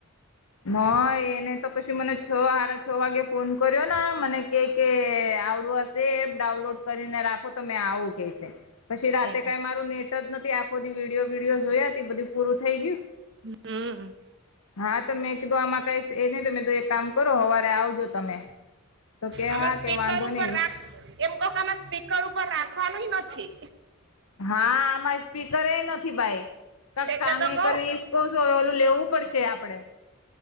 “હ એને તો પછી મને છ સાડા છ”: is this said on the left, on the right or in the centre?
Left